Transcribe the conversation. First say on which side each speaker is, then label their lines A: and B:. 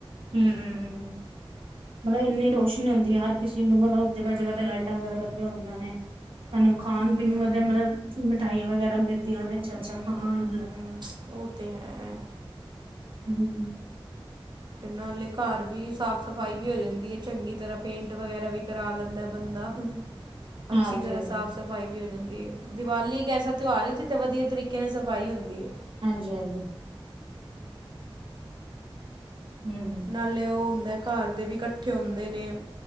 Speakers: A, on the right; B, on the right.
A: ਹੂੰ- ਹੂੰ ਮਤਲਬ ਇੰਨੀ ਰੋਸ਼ਨੀ ਹੁੰਦੀ ਐ ਹਰ ਕਿਸੇ ਨੂੰ, ਮਤਲਬ ਜਗ੍ਹਾ
B: ਹਮ
A: ਜਗ੍ਹਾ ਤੇ ਲਾਈਟਾਂ ਵਗੈਰਾ ਲੱਗੀਆਂ ਹੁੰਦੀਆਂ ਨੇ। ਸਾਨੂੰ ਖਾਣ
B: ਹਮ
A: ਪੀਣ ਨੂੰ ਵਧੀਆ ਮਤਲਬ ਮਿਠਾਈਆਂ ਵਗੈਰਾ ਮਿਲਦੀਆਂ ਨੇ, ਅੱਛਾ-
B: ਹਮ
A: ਅੱਛਾ ਖਾਣ
B: ਹਮ ਉਹ ਤੇ ਹੈ
A: <unintelligible>
B: ਨਾਲੇ ਘਰ ਵੀ ਸਾਫ਼ ਸਫਾਈ ਵੀ ਹੋ ਜਾਂਦੀ ਐ ਚੰਗੀ ਤਰ੍ਹਾਂ, ਪੇਂਟ ਵਗੈਰਾ ਵੀ ਕਰਾ ਲੈਂਦਾ ਬੰਦਾ।
A: ਹਾਂਜੀ
B: ਅੱਛੀ ਤਰ੍ਹਾਂ
A: ਹਾਂਜੀ
B: ਸਾਫ਼ ਸਫ਼ਾਈ ਵੀ ਹੋ ਜਾਂਦੀ ਏ, ਦੀਵਾਲੀ ਇੱਕ ਐਸਾ ਤਿਉਹਾਰ ਐ, ਜਿੱਥੇ ਵਧੀਆ ਤਰੀਕੇ ਨਾਲ ਸਫ਼ਾਈ ਹੁੰਦੀ ਐ।
A: ਹਾਂਜੀ-ਹਾਂਜੀ। ਹੂੰ
B: ਨਾਲੇ ਉਹ ਹੁੰਦਾ ਘਰ ਦੇ ਵੀ ਇਕੱਠੇ ਹੁੰਦੇ ਨੇ